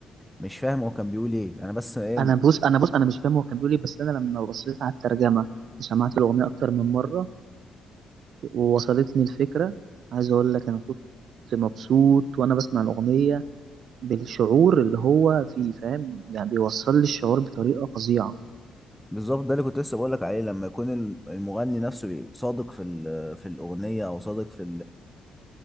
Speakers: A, in the centre; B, on the right (about 65°).
A: مش فاهم هو كان بيقول ايه انا بس ايه
B: أنا بص أنا بص أنا مش فاهم هو كان بيقول إيه بس أنا لما بصيت على الترجمة وسمعت الأغنية أكتر من مرة ووصلتني الفكرة عايز أقول لك أنا كنت مبسوط وأنا بسمع الأغنية بالشعور اللي هو فيه فاهم يعني بيوصل لي الشعور بطريقة فظيعة
A: بالظبط ده اللي كنت لسه بقول لك عليه لما يكون الم- المغني نفسه بي- صادق في ال- في الاغنيه او صادق في